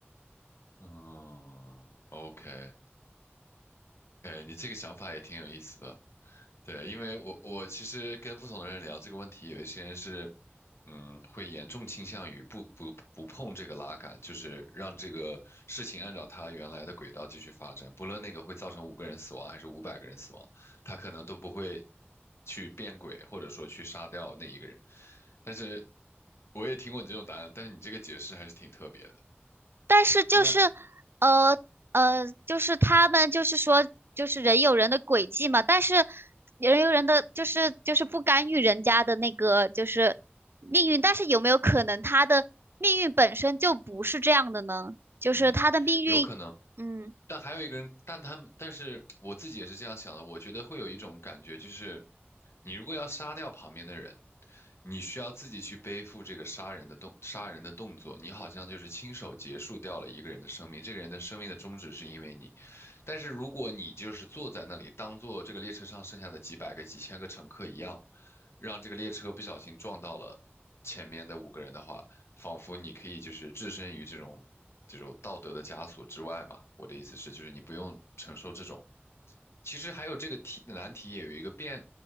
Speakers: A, on the left; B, on the right.
A: 嗯，OK，OK，你这个想法也挺有意思的。对，因为我我其实跟不同的人聊这个问题，有一些人是嗯，会严重倾向于不不不碰这个拉杆，就是让这个事情按照它原来的轨道继续发展，不论那个会造成五个人死亡还是五百个人死亡，他可能都不会去变轨，或者说去杀掉那一个人。但是我也听过你这种答案，但是你这个解释还是挺特别的。
B: 但是就是，
A: 那
B: 呃呃，就是他们就是说，就是人有人的轨迹嘛，但是人有人的就是就是不干预人家的那个就是命运，但是有没有可能他的命运本身就不是这样的呢？就是他的命运，
A: 嗯，有可能。
B: 嗯。
A: 但还有一个人，但他们，但是我自己也是这样想的。我觉得会有一种感觉，就是你如果要杀掉旁边的人，你需要自己去背负这个杀人的动杀人的动作，你好像就是亲手结束掉了一个人的生命。这个人的生命的终止是因为你，但是如果你就是坐在那里，当做这个列车上剩下的几百个、几千个乘客一样，让这个列车不小心撞到了。前面的五个人的话，仿佛你可以就是置身于这种这种道德的枷锁之外嘛。我的意思是，就是你不用承受这种其实还有这个题的难题也有一个变，